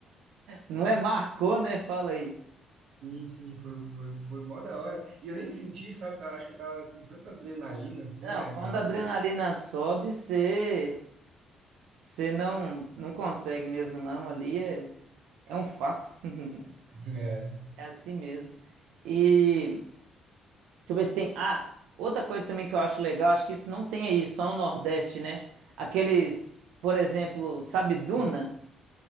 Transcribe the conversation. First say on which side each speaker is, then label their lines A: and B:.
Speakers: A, on the right; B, on the right.
A: Não é marcou, né? Fala aí.
B: Sim, sim, foi, foi, foi mó da hora. E eu nem senti, sabe? tá- Acho que eu tava com tanta adrenalina, assim,
A: Não,
B: animado.
A: quando a adrenalina sobe, você você não não consegue mesmo não ali é é um fato. <laughs>
B: É.
A: É assim mesmo. E deixa eu ver se tem. Ah, outra coisa também que eu acho legal, acho que isso não tem aí, só no Nordeste, né? Aqueles, por exemplo, sabe Duna?